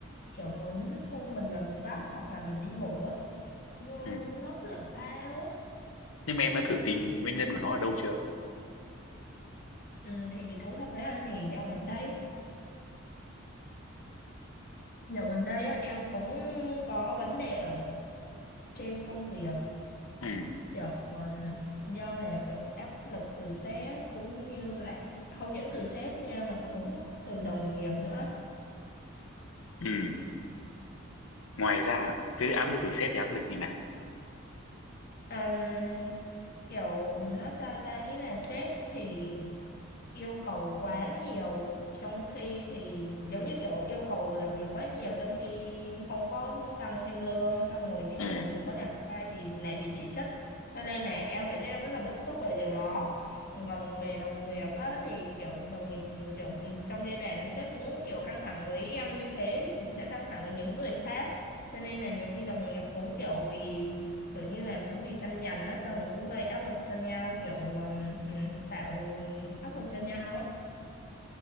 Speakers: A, on the left (about 50°); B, on the left (about 75°).
A: kiểu muốn thu mình vào một góc hoặc là mình đi ngủ á. Nhưng
B: ừ.
A: Nó cứ làm sao á.
B: Nhưng mà em đã thử tìm nguyên nhân của nó ở đâu chưa?
A: Ừ, thì thú thật với anh thì dạo gần đây dạo gần đây á, em cũng có vấn đề ở trên công việc
B: Ừ,
A: kiểu um, do là kiểu áp lực từ sếp cũng như là không những từ sếp nha mà cũng từ đồng nghiệp nữa
B: ừ. Ngoài ra là cứ áp lực từ sếp thì áp lực như nào?
A: Ừm, kiểu nói sao ta ý là sếp thì yêu cầu quá nhiều trong khi thì giống như kiểu yêu cầu làm việc quá nhiều trong khi không có tăng thêm lương xong rồi ví
B: Ừ,
A: dụ là mình có làm sai thì lại bị chỉ trích cho nên là em cảm giác em rất là bức xúc về điều đó còn về đồng nghiệp á, thì kiểu đồng nghiệp ừ, kiểu ừ, trong giai đoạn sếp cũng kiểu căng thẳng với em như thế thì cũng sẽ căng thẳng với những người khác cho nên là nhiều khi đồng nghiệp cũng kiểu vì kiểu như là cũng vì tranh giành á xong rồi cũng gây áp lực cho nhau kiểu ừm, ừm, tạo áp lực cho nhau á